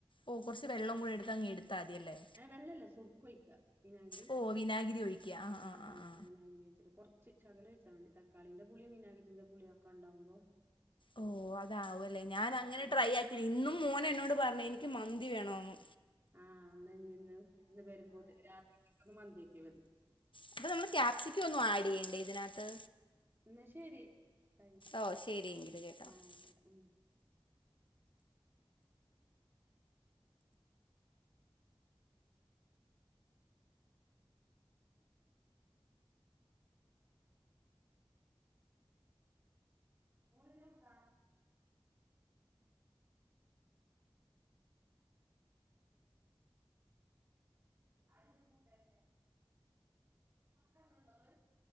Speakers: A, on the left; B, on the right.
A: ഓഹ് കൊറച്ച് വെള്ളം കൂടി എടുത്ത് അങ്ങ് എടുത്താതിയല്ലേ
B: ഏഹ് വെള്ളല്ല സുർക്കൊഴിക്കാ വിനാഗിരി
A: ഓ വിനാഗിരി ഒഴിക്കുക ആ
B: ആഹ്
A: ആ
B: ആഹ്
A: ആ
B: ആഹ്
A: ആ
B: വിനാഗിരി ഒഴിച്ചിട്ട്‌ കൊർച്ച് ശകലൊഴിച്ചാ മതി തക്കാളിന്റെ പുളിയും വിനാഗിരിന്റെ പുളിയും ഒക്കെണ്ടാവുമ്പോ
A: ഓഹ് അതാവും അല്ലേ ഞാൻ അങ്ങനെ
B: ഉം.
A: ട്രൈ ആക്കി <unintelligible> ഇന്നും മോനെന്നോട് പറഞ്ഞ് എനിക്ക് മന്തി വേണോന്ന്
B: ആഹ് എന്നാ ഇ ഇന്ന് ഇന്ന് വരുമ്പോത് രാത്രി <unintelligible> മന്തിയേക്കാ വരണ്
A: അപ്പ നമ്മള് ക്യാപ്സിക്കം ഒന്നും ആഡ് ചെയ്യണ്ടേ ഇതിനത്ത്
B: എന്നാ ശെരി ആയി
A: ഓ ശരിയെങ്കിൽ കേട്ടോ
B: ആഹ് ഉം ങ്ങളിഞ്ഞി എവിടുക പൊറുത്തക്ക് ഏറങ്ങണ്ടോ ങ്ങൾ